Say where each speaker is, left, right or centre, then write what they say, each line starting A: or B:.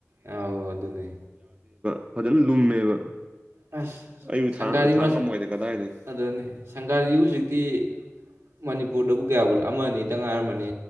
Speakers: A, on the right (about 75°); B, on the right (about 25°).
A: ꯑ ꯑꯗꯨ ꯑꯗꯨꯅꯦ
B: ꯐꯖꯅ ꯂꯨꯝꯃꯦꯕ
A: ꯑꯁ
B: ꯑꯩꯕꯨ
A: ꯁꯪꯒꯥꯔꯤ
B: ꯊꯥꯡ ꯊꯥꯡ
A: ꯃꯆꯥ
B: ꯉꯝꯃꯣꯏꯗ ꯀꯗꯥꯏ
A: ꯑꯗꯨꯅꯦ ꯁꯪꯒꯥꯥꯔꯁꯤ ꯍꯧꯖꯤꯛꯇꯤꯅꯤ ꯄꯣꯔꯗꯕꯨ ꯀꯌꯥꯕꯨ ꯑꯃꯅꯤ ꯑ ꯇꯪꯉꯥꯏꯔꯝꯅꯤ